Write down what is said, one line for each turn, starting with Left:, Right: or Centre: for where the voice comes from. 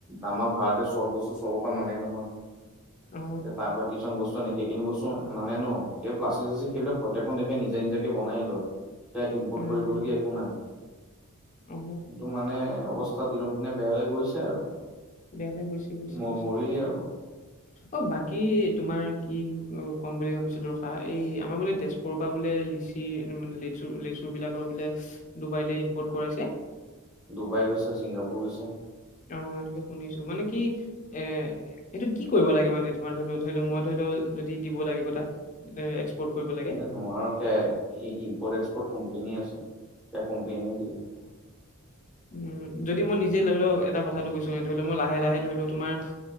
Centre: আমাৰ ভাৰতে চব বস্তু, চবৰ পৰা নানে নহয়।
Left: অ
Centre: তাৰ পৰা কিছুমান বস্তু আনে সেইখিনি বস্ত- চ নানে ন'। সেই প্লাষ্টিক -শ্লাষ্টিক সেইবিলাক প্ৰত্যকখন দেখে নিজে নিজাকে বনাই ল'য়। তে ইম্পৰ্ট
Left: উম
Centre: কৰিবলগীয়া একো নাই।
Left: অ
Centre: কিন্তু মানে অৱস্থা দিনক দিনে বেয়ালে গৈছে আৰু।
Left: বেয়া লৈ গৈছে গৈছে
Centre: ম
Left: গৈছে
Centre: মৰিলি আৰু।
Left: অ বাকী তোমাৰ কি ক'ম বুলি ভাবিছিলো ৰখা এই আমাৰ বোলে তেজপুৰৰ পৰা বোলে লিচি মানে লেচু লেচু বিলাক বোলে ডুবাইলে ইনপৰ্ট কৰাইছে।
Centre: ডুবাই গৈছে, ছিংগাপুৰ গৈছে।
Left: অ এনেকে শুনিছো মানে কি এ এইটো কি কৰিব লাগে মানে তোমাৰ ধৰি লও ধৰি লও মই ধৰি ল- যদি দিব লাগে ক তাত- কৰিব লাগে
Centre: এ নোৱাৰো সে ইম্পৰ্ট এক্সপৰ্ট কোম্পনী আছে সে কোম্পনীয়ে দিয়ে।
Left: <unintelligible> উম যদি মই নিজে ধৰি লওক এটা কথাটো কৈছো ধৰি লও মই লাহে লাহে ধৰি লও তোমাৰ-